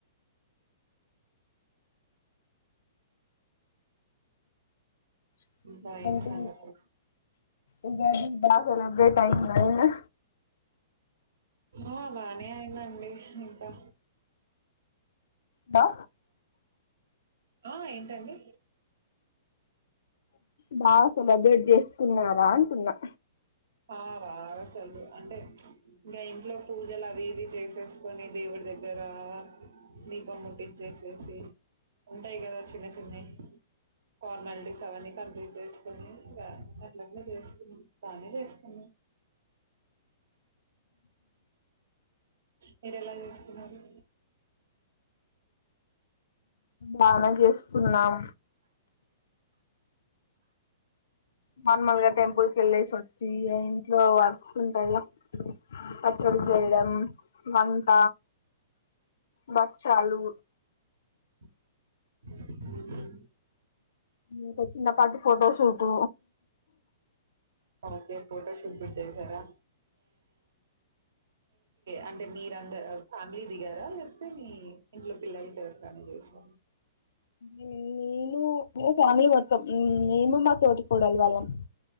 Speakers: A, on the left (about 70°); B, on the right (about 75°).
A: <unintelligible>
B: ఇంకా ఏం సంగతులు
A: ఉగాది బా సెలెబ్రేట్ అయిందా ఇడా
B: ఆ బానే అయిందండి ఇంకా
A: బా
B: ఆ ఏంటండి
A: బా సెలబ్రేట్ చేసుకున్నారా అంటున్నా
B: ఆ బాగా సెల అంటే ఇంకా ఇంట్లో పూజలు అవి ఇవి చేసేస్కొని దేవుడి దగ్గ ర దీపం ముట్టించేసేసి ఉంటాయి కదా చిన్న చిన్నయ్ ఫార్మాలిటీస్ అవన్నీ కంప్లీట్ చేసుకొని ఇగ పనులన్నీ చేసుకున్నాం బానే చేసుకున్నాం మీరెలా చేసుకున్నారు
A: బాగా చేసుకున్నాం నార్మల్గా టెంపుల్కెళ్ళేసి వచ్చి ఇగ ఇంట్లో వర్క్స్ ఉంటాయిగా పచ్చడి చేయడం వంట బచ్చాలూ
B: ఉహు
A: ఇ ఇంకా చిన్నపాటి పోటోషూట్
B: ఓకే ఫోటోషూట్ లు చేసారా అంటే మీరందర్ ఫ్యామిలీ దిగారా లేకపోతే మీ ఇంట్లో పిల్లలకి ఎవరికైనా చేసర
A: నేను ఇగ ఫ్యామిలీ మొత్తం ఉమ్ నేను మ తోడికోడలి వళ్ళం